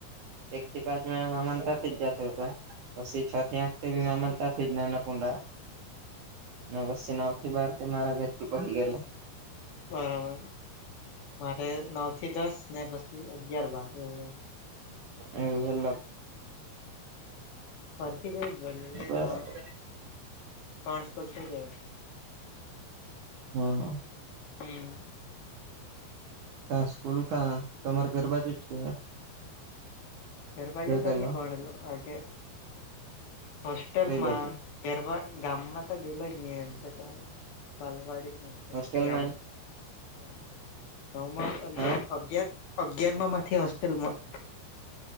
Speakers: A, on the right; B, on the left.
A: એક થી પાંચ મિ મામાન જ જતો હતો પછી છ થી આઠ મતા થી જ નાનકુંડા અને વ નવ થી બાર મારા ઘર થી પછ ગે
B: બરાબર મારે નવ થી દસ ને પછી અગયાર બાર એવું એમ
A: એ
B: ફખી જાય ભલે
A: બરાબર
B: ત્રણ પા્રણસપલ શ જ
A: હા હા
B: હમમ
A: કા સ્કૂલ કા તમારે ગરબાજેટ છે
B: ફેર બાજુ તો
A: કેલો
B: ન ભણલો આગે હોસ્ટેલમાં
A: કઈ બાજુ
B: ગરબા ગામમાં તો ગેલો જ નહી એમ તો ચાાલ બલવાડીી ખ કેટથી
A: હોસ્ટેલમાં
B: ગામમાં નવ
A: હા
B: અગાર અગિયાર માંથી હોસ્ટેલમાં